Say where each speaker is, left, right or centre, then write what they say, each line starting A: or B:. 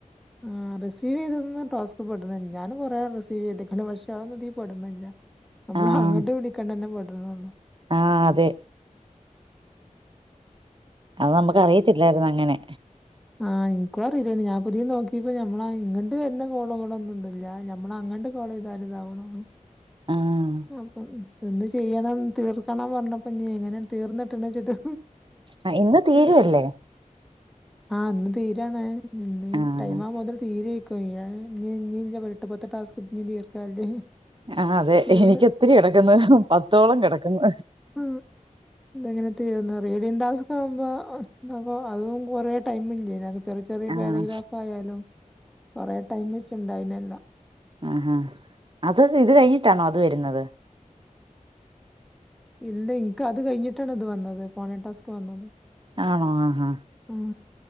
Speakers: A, in the centre; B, on the right.
A: ആഹ് റിസീവ് ചെയ്തതൊന്നും ടാസ്ക് പെട്ണില്ല ഞാന് കൊറേ റിസീവ് ചെയ്ത്ക്ക്ണ് പക്ഷെ അതൊന്നിതീ പെട്ണില്ല നമ്മളങ്ങട്ട്
B: ആഹ്
A: വിളിക്ക്ണന്നെ പെട്ണൊള്ളു
B: ആഹ് അതെ അത് നമ്മക്കറിയായ്റ്റല്ലെ എല്ലാര്ന്നു അങ്ങനെ
A: ആഹ് ഇൻക്കു അറീലേയ്ന് ഞാപ്പെതീ നോക്കേപ്പോ നമ്മളെ ഇങ്ങണ്ട് വര്ന്ന കോളുകളൊന്നുംന്ത്ല്ല നമ്മളങ്ങണ്ട് കോളെയ്താല്താവ്ണൊള്ളു
B: ആഹ്
A: അപ്പം ഇതിന്ന് ചെയ്യണം തീർക്കണം പറഞ്ഞപ്പംഞ്ഞ് എങ്ങനെയാ തീർന്നിട്ട്ണ്ച്ച്ട്ട്
B: ആഹ് ഇന്ന് തീരുവല്ലേ
A: <unintelligible> ആഹ് ഇന്ന് തീരാണ് ഇന്ന്
B: ആഹ്
A: ടൈമാവുമ്പോത്തിന് തീര്യ് കയ്യാൻ ഇഞ്ഞ് ഇഞ്ഞീല്ലെ എട്ട് പത്ത് ടാസ്ക് ഇഞ്ഞ് തീർക്കാല്ലേ
B: ആഹ് അതെ
A: തീർന്ന്
B: എനിക്കൊത്തിരി കെടക്ക്ന്നു പത്തോളം കെടക്ക്ന്നു
A: ഉം ഇതെങ്ങനെ തീർന്നാറിയ റീഡിംങ്ങ് ടാസ്ക്കാകുമ്പോ അപ്പൊ അതും കൊറേ ടൈമില്ലേ ഇതിനകത്ത് ചെറിയ ചെറിയേ
B: ആഹ്
A: പേരഗ്രാഫായാലും കൊറെേ ടൈം വെച്ച്ണ്ടായ്നല്ലാം
B: ആഹ് അത് ഇത് കയിഞ്ഞിട്ടാണോ അത് വരുന്നത്
A: ഇല്ല ഇൻക്കത് കയിഞ്ഞിട്ടാണ് ഇത് വന്നത് ഫോണെ ടാസ് ക്ക് വന്നത്
B: ആണോ ആഹാ
A: ഉം